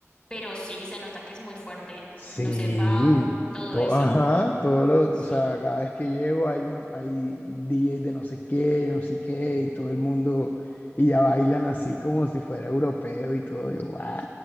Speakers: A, on the left; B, on the left.
A: pero sí se nota que es muy fuerte.
B: Sí,
A: No sé, Baum, todo
B: todo,
A: eso,
B: ajá, todo lo,
A: sí.
B: o sea, cada vez que llego hay un, hay DJ de no sé qué, yo no sé qué, y todo el mundo, y ya bailan así como si fuera europeo y todo, yo, "What?".